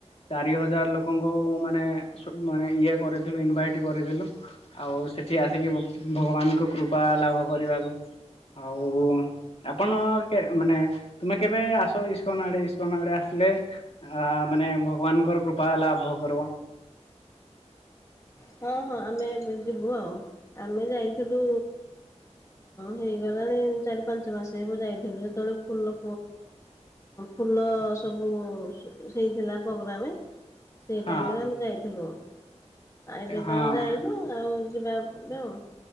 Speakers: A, on the left; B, on the left.
A: ଚାରି ହଜାର ଲୋକଙ୍କୁ ମାନେ ମାନେ ଇଏ କରିଥିଲୁ ଇନଭାଇଟ୍ କରିଥିଲୁ ଆଉ ସେଠି ଆସିକି ଭଗବାନଙ୍କ କୃପା ଲାଭ କରିବାକୁ ଆଉ ଆପଣ ମାନେ ତୁମେ କେବେ ଆସ ଇସ୍କନ ଆଡେ ଇସ୍କନ ଆଡେ ଆସିଲେ ଆ ମାନେ ଭଗବାନଙ୍କର କୃପା ଲାଭ କରିବ।
B: ହଁ ହଁ ଆମେ ଏବେ ଯିବୁ ଆଉ ଆମେ ଯାଇଥିଲୁ ହେଇଗଲାଣି ଚାରି ପାଞ୍ଚ ମାସ ହେବ ଯାଇଥିଲୁ ଯେତେବେଳେ ଫୁଲ ଫୁଲ ସବୁ ହେଇଥିଲା ପ୍ରୋଗ୍ରାମ। ସେଇ
A: ହଁ
B: ଟାଇମ ରେ ଆମେ ଯାଇଥିଲୁ। ଆ ଏବେ
A: ହଁ
B: ତ ଆଉ ଯାଇନୁ ଆଉ ଯିବା ନା